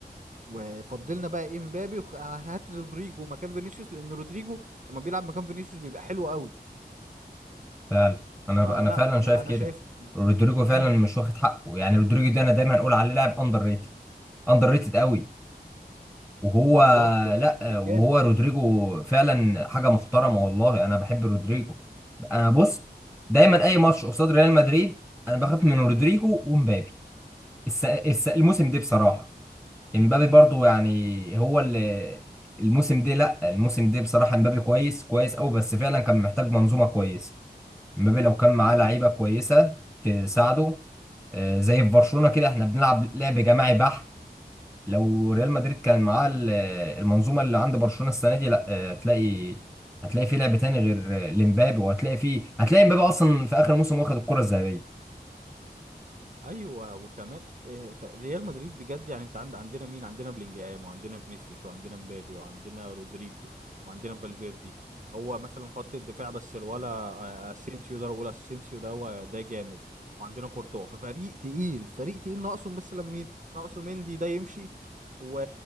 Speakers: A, on the right; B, in the centre.
A: وفضلنا بقى ايه مبابي وهات رودريجو مكان فينيسيوس لان رودريجو لما بيلعب مكان فينيسيوس بيبقى حلو قوي
B: فعلا انا
A: فلا
B: انا فعلا
A: انا
B: شايف
A: انا
B: كده
A: شايف
B: رودريجو فعلا
A: امم
B: مش واخد حقه يعني رودريجو ده انا دايما هنقول عليه لاعب اندر ريتد اندر ريتد قوي وهو
A: بالظبط لا
B: لا
A: لعيب
B: وهو
A: جامد
B: رودريجو فعلا حاجه محترمه والله انا بحب رودريجو انا بص دايما اي ماتش قصاد ريال مدريد انا بخاف من رودريجو ومبابي الس... الس... الموسم ده بصراحه امبابي
A: امم
B: برضو يعني هو اللي الموسم ده لا الموسم ده بصراحه امبابي كويس كويس قوي بس فعلا كان محتاج منظومه كويسه امبابي لو كان معاه لعيبه كويسه تساعده آه، زي في برشلونه كده احنا بنلعب لعب جماعي بحت لو
A: إمم.
B: ريال مدريد كان معاه ال- المنظومه اللي عند برشلونه السنه دي لا آه، هتلاقي هتلاقي فيه لعب تاني غير آه، لمبابي وهتلاقي فيه هتلاقي مبابي اصلا في اخر الموسم واخد الكره الذهبيه
A: ايوه وكمان آه، ف- ريال مدريد بجد يعني انت عند عندنا مين عندنا بلينجهام وعندنا فينيسيوس وعندنا مبابي وعندنا رودريجو وعندنا فالفيردي هو مثلا خط الدفاع بس الولا آه، اسينسيو ده بقول اسينسيو ده هو ده جامد وعندنا كورتوا ففريق تقيل فريق تقيل ناقصه مثلا مين ناقصه مندي ده يمشي و...